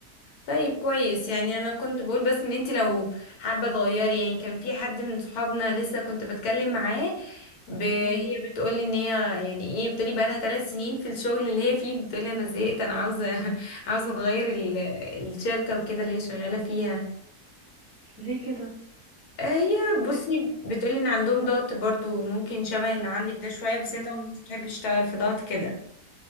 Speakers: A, on the left; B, on the right.
A: طيب كويس يعني انا كنت بقول بس ان انتي لو حابه تغيري يعني كان في حد من صحابنا لسه كنت بتكلم معاه ب... هي
B: امم
A: بتقولي ان هي يعني ايه بتقولي بقى لها ثلاث سنين في الشغل اللي هي فيه بتقولي انا زهقت انا عاوزه <laughs> عاوزه اتغير ال... الشركه وكده اللي هي شغاله فيها
B: ليه كده
A: آه، هي بصي
B: تل...
A: بتقولي ان عندهم ضغط برضو ممكن شبه اللي عندك ده شوية بس
B: امم
A: هي طبعا مش بتحب تشتغل في ضغط كده